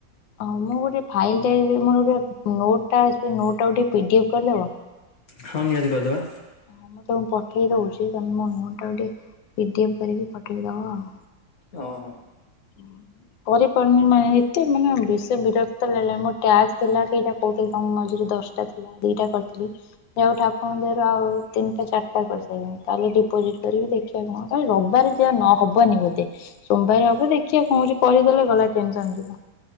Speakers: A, on the left; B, on the left.
A: ହଁ ମୁଁ ଗୋଟେ ଫାଇଲ ଟାଇପ ମୋର ଗୋଟେ ନୋଟ ଟା ଅଛି ସେ ନୋଟ ଟାକୁ ଟିକେ ପିଡିଏଫ କରିଦବ।
B: ହଁ ନିହାତି କରିଦବା।
A: ହଁ ମୁଁ ତମକୁ ପଠେ ଇଏ ଦଉଛି ତମେ ମୋ ନୋଟ ଟା କୁ ଟିକେ ପିଡିଏଫ କରିକି ପଠେଇଦବ ଆଉ।
B: ଅ ହ।
A: ଉଁ। କରିପାରୁନି ମା ଏତେ ମାନେ ବେଶୀ ବିରକ୍ତ ଲାଗିଲଣି ମୋର ଟ୍ୟାକ୍ସ ଥିଲା କେଇଟା କହୁଥିଲି ତମକୁ ମଝୀରେ। ଦଶଟା ଥିଲା ଦିଟା କରିଥିଲି ଯାହଉ ଠାକୁର ଦୟାରୁ ଆଉ ତିନିଟା ଚାରିଟା କରି ସାଇଲିଣୀ। କାଲି ଡିପୋଜିଟ୍ କରିବି ଦେଖିବା କଣ କାଲି ରବାରୁତିଆ ନ ହବନି ବୋଧେ ସୋମବାରେ ହବ ଦେ ଦେଖିବା କଁ ହଉଛି କରିଦଲେ ଗଲା ଟେନସନ ଯିବ।